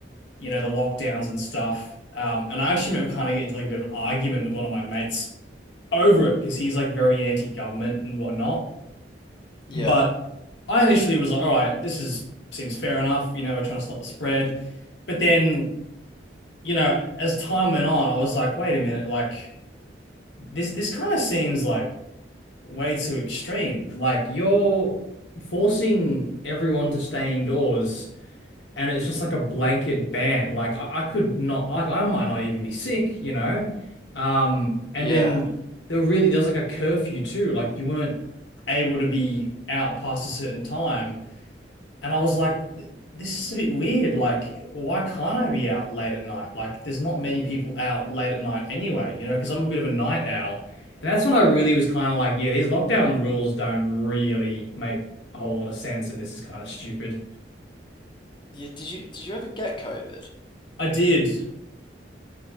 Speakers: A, on the left; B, on the left.
A: you know, the lockdowns and stuff. Um, and I actually remember kind of getting into like a bit of an argument with one of my mates over it because he's like very anti-government and whatnot.
B: Yeah,
A: But I initially was like, all right, this is seems fair enough, you know, we're trying to stop the spread. But then, you know, as time went on, I was like, wait a minute, like this this kind of seems like way too extreme. Like you're forcing everyone to stay indoors, and it's just like a blanket ban. Like I, I could not, like I might not even be sick, you know. Um, and
B: yeah,
A: then there really there was like a curfew too. Like you weren't able to be out past a certain time. And I was like, this is a bit weird. Like, why can't I be out late at night? Like, there's not many people out late at night anyway, you know, because I'm a bit of a night owl. And that's when I really was kind of like, yeah, these lockdown rules don't really make a whole lot of sense, and this is kind of stupid.
B: yeah. Did you did you ever get COVID?
A: I did.